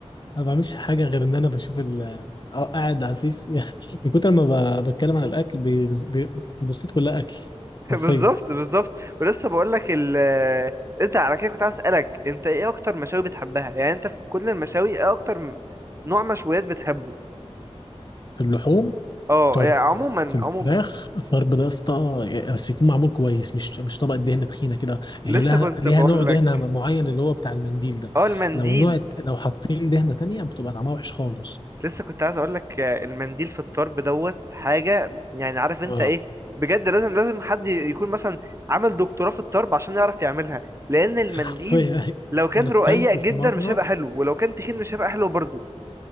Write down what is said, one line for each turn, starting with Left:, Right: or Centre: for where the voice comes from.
Left: ما بعملش حاجة غير إن أنا بشوف ال أو قاعد على الفيس <laughs> يعني من كتر ما ب- بتكلم عن الأكل بي- بي- البوستات كلها أكل
Right: <laughs>
Left: حرفيا
Right: بالظبط بالظبط ولسه بقول لك ال انت على كده كنت عايز اسالك انت ايه اكتر مشاوي بتحبها يعني انت في كل المشاوي ايه اكتر م- نوع مشويات بتحبه
Left: في اللحوم
Right: اه
Left: طرب
Right: يعني عموما
Left: في الفراخ
Right: عموما
Left: الطرب ده يا اسطى بس يكون معمول كويس مش مش طبقة دهنة تخينة كده
Right: لسه
Left: هي لها
Right: كنت
Left: ليها
Right: بقول
Left: نوع دهنة
Right: لك
Left: معين اللي هو بتاع المنديل ده
Right: اه المنديل
Left: لو نوع لو حاطين دهنة تانية بتبقى طعمها وحش خالص
Right: لسه كنت عايز اقول لك آه، المنديل في الطرب دوت حاجه يعني عارف انت
Left: اه
Right: ايه بجد لازم لازم حد يكون مثلا عمل دكتوراه في الطرب عشان يعرف يعملها لان المنديل
Left: حرفيا
Right: لو
Left: <laughs>
Right: كان
Left: أنا أكلته
Right: رقيق جدا
Left: في مرة
Right: مش هيبقى حلو ولو كان تخين مش هيبقى حلو برضه